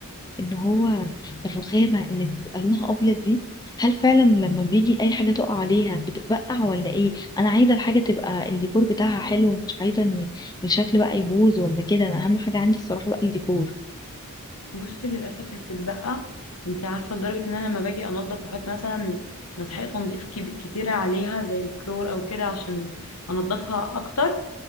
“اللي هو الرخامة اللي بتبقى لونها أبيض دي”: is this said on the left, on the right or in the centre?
Left